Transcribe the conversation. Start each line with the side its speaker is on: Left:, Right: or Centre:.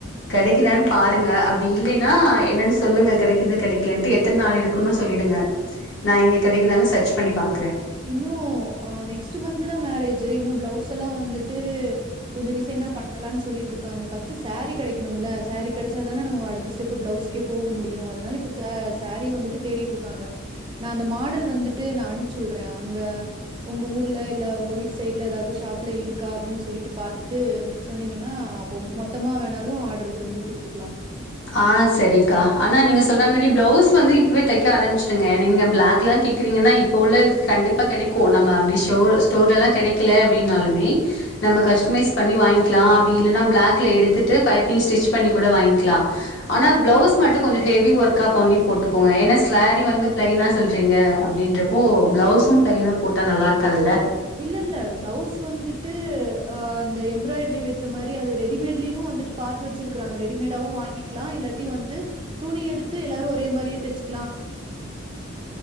Left: கெடைக்குதான்னு பாருங்க அப்டி இல்லைனா என்னன்னு சொல்லுங்க கெடைக்குது கெடைக்கலன்ட்டு எத்தன நாள் இருக்குன்னு சொல்லிடுங்க நா இங்க கெடைக்குதான்னு சர்ச் பண்ணி பாக்கறே
Right: இன்னு அஹ் நெக்ஸ்ட் மந்த்துதா மேரேஜ் ஞ்சு இன்னு பிளவுஸல்லா வந்துட்டு கொஞ்ச டிசைனா பண்ணலான்னு சொல்லிட்டு இருக் க்காங்க ஃபர்ஸ்ட் சாரி கெடைக்கனும்ல சாரி கெடச்சாதான நம்ம அடுத்த ஸ்டெப்பு பிளவுஸ்க்கே போக முடியு அதனால இப்ப சா சாரி வந்துட்டு தேடிட்ருக்காங்க நா அந்த மாடல் வந்துட்டு நா அனுப்புச் டுறேன் அங்க உங்க ஊர்ல இல்ல உங்க வீட்டு சைட்ல ஏதாவது ஷாப்ல இருக்கா அப்டின்னு சொல்லிட்டு பாத்துட்டு சொன்னீங்கன்னா அப்போ மொத்தமா வேணாலும் ஆட்ருக்கு வந்து குடுத்துக்கலாம்
Left: ஆ சரிக்கா ஆனா நீங்க சொல்ற மாரி பிளவுஸ் வந்து இப்பவே தைக்க ஆரம்மிச்சுடுங்க நீங்க பிளாக் எல்லாம் கேக்குறீங்கன்னா இப்போ உள்ள கண்டிப்பா கெடைக்கும் நம்ம அப்டி ஸோர் ஸ்டோர்லல்லாம் கடைக்க அப்டினாலுமே நம்ம கஸ்டமைஸ் பண்ணி வாங்கிலாம் அப்டி இல்லனா பிளாக்ல எடுத்துட்டு பைப்பிங் ஸ்டிச் பண்ணி கூட வாங்கிலாம் ஆனா பிளவுஸ் மட்டும் கொஞ்சம் ஹெவி ஒர்க்கா பண்ணி போட்டுக்கோங்க வந்து ஏன்னா சாரி வந்து ப்லைனா சொல்றீங்க அப்டின்றப்ப பிளவுஸ்சும் ப்லைனா போட்டா நல்லா இருக்காது
Right: இல்ல இல்ல பிளவுஸ் வந்துட்டு அஹ் அந்த எம்ப்ராய்டரி வச்ச மாரி அது ரெடிமேட்லயும் வந்துட்டு பாத்து வச்சிருக்கறாங்க ரெடிமேடாவு வாங்கிக்கலா இல்லாட்டி வந்து துணி எடுத்து எல்லாரு ஒரே மாரியே தச்சு